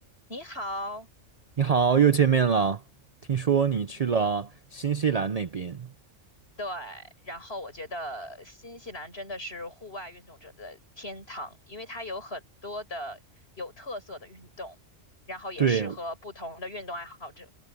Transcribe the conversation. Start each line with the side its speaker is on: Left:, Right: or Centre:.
Left: 你好，
Right: 你好，又见面了。听说你去了新西兰那边，
Left: 对，然后我觉得新西兰真的是户外运动者的天堂，因为它有很多的有特色的运动，然后也适合不同的运动爱好者。
Right: 对，